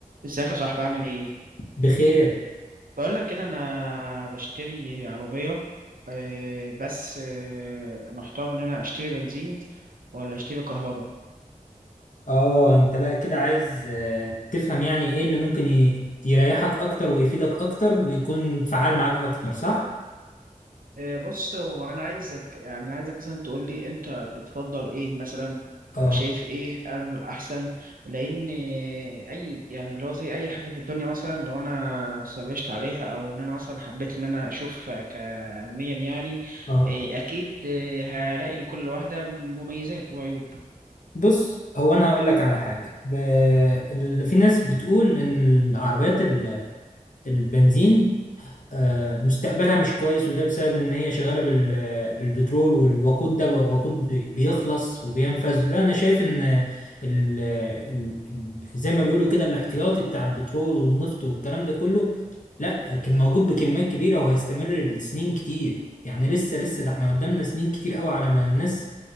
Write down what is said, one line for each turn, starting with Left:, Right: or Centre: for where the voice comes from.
Right: ازيك يا صاحبي عامل ايه
Left: بخير
Right: بقول لك كده انا بشتري عربيه آه، بس آه، محتار ان انا اشتري بنزين ولا اشتري كهرباء
Left: اه انت بقى كده عايز آه، تفهم يعني ايه اللي ممكن ي- يريحك اكتر ويفيدك اكتر ويكون فعال معاك اكتر صح
Right: آه، بص هو انا عايزك يعني عايزك مثلا تقول لي انت بتفضل ايه مثلا
Left: اه
Right: وشايف ايه انه الاحسن لان آه، اي يعني اللي هو زي اي حاجه في الدنيا مثلا لو انا سرشت عليها او ان انا مثلا حبيت ان انا اشوف كعلميا يعني
Left: اه
Right: آه، اكيد آه، هلاقي لكل واحده مميزات وعيوب
Left: بص هو انا هقول لك على حاجه ب... اللي في ناس بتقول ان العربيات ال- البنزين آه، مستقبلها مش كويس وده بسبب ان هي شغاله بال- بالبترول والوقود ده وقود بي- بيخلص وبينفذ لا انا شايف ان ال ال ال زي ما بيقولوا كده الاحتياطي بتاع البترول والنفط والكلام ده كله لا كان موجود بكميات كبيره وهيستمر لسنين كتير يعني لسه لسه ده احنا قدامنا سنين كتير قوي على ما الناس